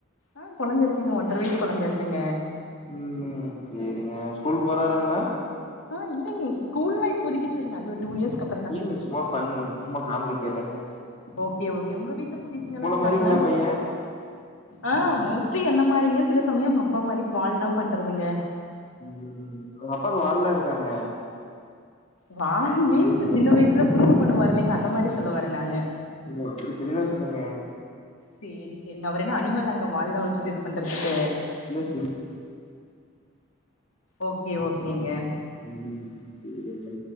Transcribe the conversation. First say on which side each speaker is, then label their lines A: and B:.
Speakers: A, on the left (about 85°); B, on the left (about 30°).
A: ஆ கொழந்தை இருக்குங்க ஒன்றர வயஸ் கொழந்த இருக்குங்க
B: ம் செரிங்க ஸ்கூல் போறாருங்ளா
A: ஆ இலைங்க இப் ஸ்கூல்லா இப்போதைக்கு சொல்லுங்க அது ஒரு டூ இயர்ஸ்க்கு அப்
B: இல்ல சும்மா ஃபன் சும்மா காமெடிக்கு கேட்டங்க
A: ஓகே ஓகே உங்க வீட்ல குட்டிசுங்க எல்லா இருக்காங்ளா
B: மாரிங்களா பைய
A: ஆ மோஸ்ட்லி என்ன மாரிங்க சில சமயோ அவுங்க அப்பா மாரி வால்லா பண்றதுங்க
B: ம் அவுங்க அப்பாக்கு வாழ்லா இருக்காங்க
A: வா மீன்ஸ் சின்ன வயசுல குரும்பு பண்ணுவாரு இல்லைங்க அந்த மாரி சொல்ல வரே நானு
B: எங்க அப்புடி தெளிவா சொல்லுங்க
A: சேரி சேரிங்க அவரு என்னங்க அனிமல்லாங்க வால்லா வெச்சிட்டு இது பண்றதுக்கு
B: இல்ல சும்
A: ஓகே ஓகேங்க
B: ம் சேரிங்க